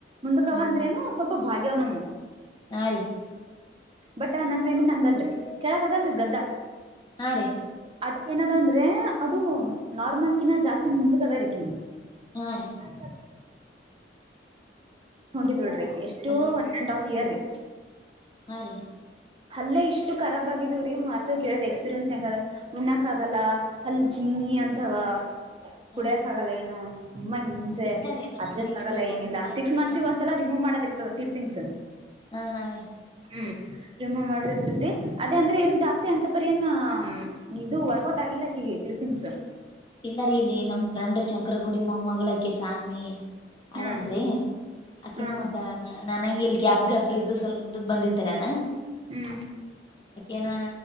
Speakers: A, on the right (about 30°); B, on the left (about 25°).
A: ಮುಂದಕವ
B: ಹ್ಮ್
A: ಅಂದ್ರೇನು ಸ್ವಲ್ಪ ಭಾಗ್ಯವನಮ್ಮ
B: ಹಾ ರೀ
A: ಬಟ್ ನನ್ ಫ್ರೆಂಡನ್ ಹಂಗಲ್ರರಿ ಕೆಳಕ್ ಆಗಲ್ರರಿ ಗದ್ದಾ
B: ಹಾ ರೀ
A: ಅದು ಏನದ ಅಂದ್ರೆ ಅದು ನಾರ್ಮಲ್ಕಿನ ಜಾಸ್ತಿ ಮುಂದಕ ಅದ ರೇಕಂದು
B: ಹಾ ರೀ
A: ಹಾಲ್ ಹೊಡಿದಡ್ರಿ <unintelligible> ಎಷ್ಟು
B: hello
A: one and half year ರೀ
B: ಹಾ ರೀ
A: ಅಲ್ಲೇ ಇಷ್ಟು ರಾಬ್ ಆಗಿದವ್ರೀ ಮಸ ಕೇಳದ ಎಕ್ಸ್ಪೀರಿಯನ್ಸ್ ಹೆಂಗ ಉಣಾಕ್ ಆಗಲ್ಲ ಅಲ್ಲಿ ಜೀ ನೀ ಅಂತವ
B: ಹಾ
A: ಕುಡಿಯಕ
B: ರೀ
A: ಆಗಲ್ಲ ಏನು ತುಂಬಾ ಹಿಂಸೆ
B: ಇಲ್ಲ ರೀ ನಾನು
A: ಅಡ್ಜಸ್ಟ್
B: ಇಲ್ಲಿ
A: ಆಗಲ್ಲ
B: ಕೇಳ್ಕೊಂಡ್
A: ಏನಿಲ್ಲ
B: ಬಂದೀನಿ ಅಲ್ರಿ
A: ಸಿಕ್ಸ್ ಮಂತ್ಸಗ ಒಂದ್ಸಲ ರಿಮೂವ್ ಮಾಡದ ಇರ್ತದೆ ಕ್ಲಿಪಿಂಗ್ಸ್
B: ಹಾ ಹಾ
A: ಹ್ಮ್ ರಿಮೂವ್ ಮಾಡದಿರ್ತತಿ ಅದೇ ಅಂದ್ರೆ ಏನ್ ಜಾಸ್ತಿ ಅಂತ ಪರಿ ಏನ್ ಇದು ವರ್ಕೌಟ್ ಆಗಿಲ್ಲ ಆಕಿಗೆ ಕ್ಲಿಪಿಂಗ್ಸ್
B: ಇಲ್ಲಾರಿ ಇಲ್ಲಿ ನಮ್ ಫ್ರಂಡ್ ಶಂಕರ ಗುಡಿ ಮಮ್ಮಗಳಕಿ ಸಾನ್ವಿ ಅಳಲ್ರಿ,
A: ಹಾ
B: ಏನು, ಅಕಿನ,
A: ಹಾ
B: ಮತ್ತ ನನಂಗೆ. <unintelligible> ಗ್ಯಾಪ್, ಗ್ಯಾಪ್, ಇದ್ದು ಸ್ವಲ್, ಮುಂದಕ್ಕೆ! ಬಂದಿದಿರಾ. <unintelligible>
A: ಹ್ಮ್. <unintelligible>
B: ಏನ್,